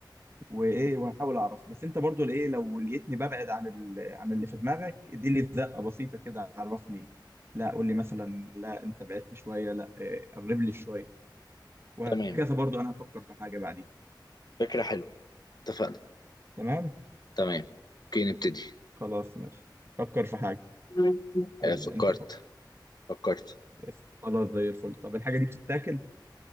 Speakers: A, on the right (about 30°); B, on the left (about 60°).
A: وإيه وهحاول أعرف بس أنت برضو إيه لو لقيتني ببعد عن ال... عن اللي في دماغك إديلي زقة بسيطة كده عرفني لا قول لي مثلا لا أنت بعدت شوية لا إيه، قرب لي شوية وهكذا
B: تمام
A: برضو أنا هفكر في حاجة بعدين
B: فكرة حلوة اتفقنا
A: تمام
B: تمام اوكي نبتدي
A: خلاص ماشي فكر في حاجة
B: <laughs>
A: ابدأ
B: آه، فكرت
A: أنت فكر
B: فكرت
A: قشطة. خلاص زي الفل طب الحاجة دي بتتاكل